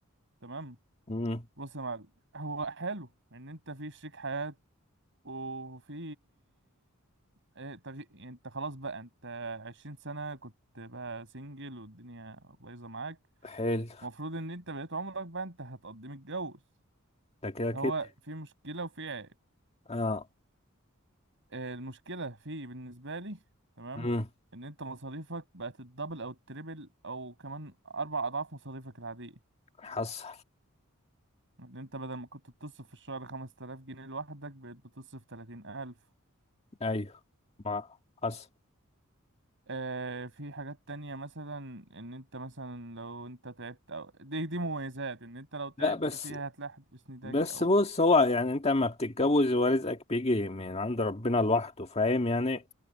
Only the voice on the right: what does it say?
تمام
بص يا معلم هو حلو ان انت في شريك حياة وفي ايه تغي... يعني انت خلاص بقى انت عشرين سنة كنت بقى سنجل والدنيا بايظة معاك
المفروض ان انت بقيت عمرك بقى انت هتقضي متجوز
هو في مشكلة وفي عيب
آه، المشكلة في بالنسبة لي تمام
ان انت مصاريفك بقت الدبل او التريبل او كمان اربع اضعاف مصاريفك العادية
ان انت بدل ما كنت بتصرف في الشهر 5000 جنيه لوحدك بقيت بتصرف 30000
آه، في حاجات تانية مثلا ان انت مثلا لو انت تعبت او دي دي مميزات ان انت لو تعبت
فيها هتلاحظ بسندك
او